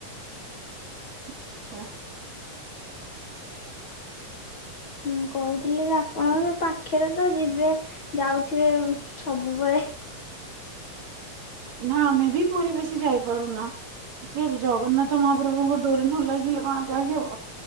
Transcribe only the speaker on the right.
ଆଛା ଆଛା।
ନା ଆମେ ବି ପୁରୀ ବେଶୀ ଯାଇପାରୁନା। ସେ ଜଗନ୍ନାଥ ମହାପ୍ରଭୁଙ୍କ ଡୋରି ନ ଲାଗିଲେ କଣ ଯାଇହବ।